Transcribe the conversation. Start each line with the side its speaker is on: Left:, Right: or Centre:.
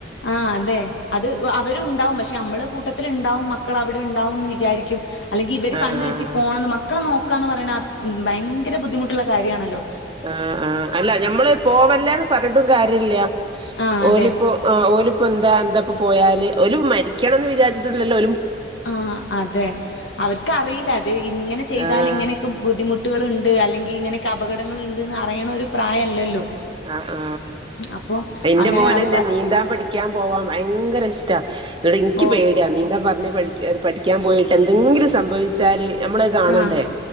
Left: ആ അതെ അത് അവരു ഉണ്ടാവും പക്ഷെ നമ്മള് കൂട്ടത്തിൽ ഉണ്ടാവും മക്കൾ അവിടെ ഉണ്ടാവുംന്ന് വിചാരിക്കും അല്ലെങ്കിൽ ഇവർകണ്ണെറ്റി
Right: ആഹ്
Left: പോണം മക്കളെ നോ- ക്കന്ന് പറയണ ഭയങ്കര ബുദ്ധിമുട്ടുള്ള കാര്യണല്ലോ
Right: ആ ആ അല്ല ഞമ്മള് പോവല്ലേന്ന് പറഞ്ഞിട്ടും കാര്യല്ല
Left: ആഹ് അതെ
Right: ഓലിപ്പോ ആ ഓലി പ്പന്താ എന്താ പ്പം പോയാല് ഒല് മരിക്കണം എന്ന് വിചാച്ചിട്ടില്ലോ
Left: ആ അതെ അവർക്കറിയില്ല അത് ഇങ്ങനെ ചെയ്താൽ
Right: ആഹ്
Left: ഇങ്ങനെയൊക്കെ ബുദ്ധിമുട്ടുകളു- ണ്ട് അല്ലെങ്കിൽ ഇങ്ങനൊക്കെ അപകടങ്ങൾ ഉണ്ട്ന്ന് അറിയണ ഒരു പ്രായല്ലല്ലോ
Right: ആ ആ
Left: അപ്പൊ
Right: എന്റെ
Left: അങ്ങനെ
Right: മോനെ
Left: അത്
Right: എന്നെ
Left: പ
Right: നീന്താൻ പഠിക്കാൻ പോവാം ഭയങ്കര ഇഷ്ടാ എനിക്ക്
Left: ഓ
Right: പേടിയാ നീന്താൻ പറഞ്ഞ് പഠി- പഠിക്കാൻ പോയിട്ട് എന്തെങ്കിലും സംഭവിച്ചാല്- നമ്മളത് കാണണ്ടേ
Left: ആഹ്